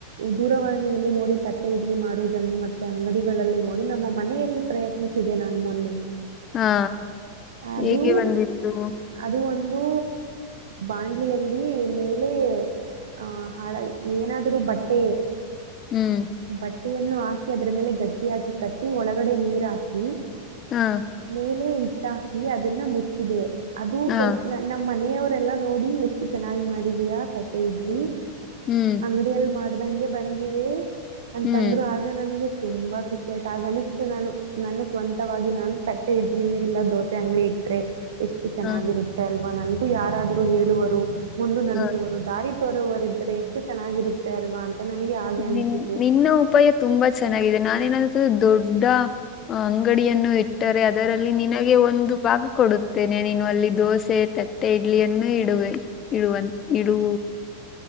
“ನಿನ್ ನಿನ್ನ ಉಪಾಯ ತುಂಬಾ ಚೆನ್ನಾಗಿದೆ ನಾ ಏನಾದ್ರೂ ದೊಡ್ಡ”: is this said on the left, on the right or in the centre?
Left